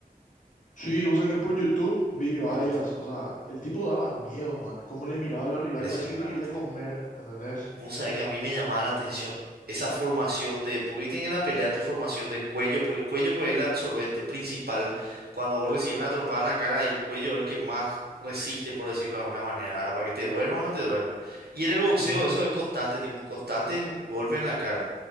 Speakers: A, on the left; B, on the right.
A: Sí, o sea que por YouTube vi varias,
B: por YouTube.
A: o sea, el tipo daba miedo, man, cómo le miraba a los rivales,
B: Impresionante.
A: parece que le quería comer, ¿entendés?
B: Vos sabés que a mí me llamaba la atención esa formación de, porque ahí tenés en la pelea tu formación de cuello, porque el cuello pues, es el absorbente principal. Cuando vos recibís una trompada en la cara, el cuello es el que más resiste, por decirlo de alguna manera, ¿verdad? Para que te duermas o no te duermas. Y en el boxeo
A: Ujú.
B: eso es constante, tipo constante golpe en la cara.